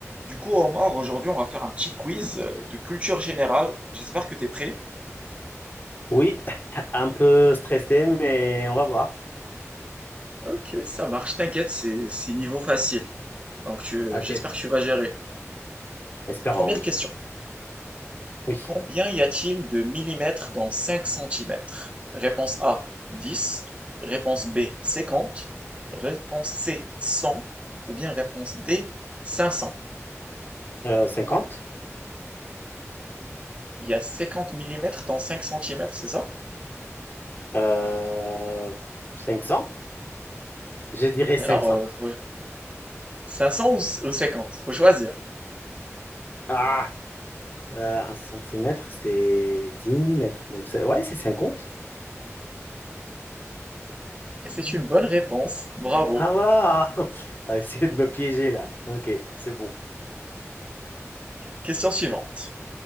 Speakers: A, on the right; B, on the left.
A: Du coup, Omar, aujourd'hui, on va faire un petit quiz euh, de culture générale. J'espère que tu es prêt.
B: Oui, <laughs> un peu stressé, mais on va voir.
A: Ok, ça marche, t'inquiète, c'est c'est niveau facile. Donc tu- euh,
B: Ok,
A: j'espère que tu vas gérer.
B: espérons,
A: Première
B: oui.
A: question.
B: Oui.
A: Combien y a-t-il de millimètres dans 5 centimètres? Réponse A, Dix. Réponse B, Cinquante. Réponse C, Cent. Ou bien réponse D, Cinq cents.
B: Euh, 50?
A: Il y a 50 millimètres dans 5 centimètres, c'est ça?
B: Euh, 500? Je dirais cinq
A: Mais alors,
B: cents.
A: euh, faut- 500 ou, ou 50? Faut choisir.
B: Ah, euh, un centimètre, c'est 10 millimètres. Donc, c'est... ouais, c'est 50.
A: Et c'est une bonne réponse, bravo.
B: Ah, voilà. <laughs> T'as essayé de me piéger là. Ok, c'est bon.
A: Question suivante.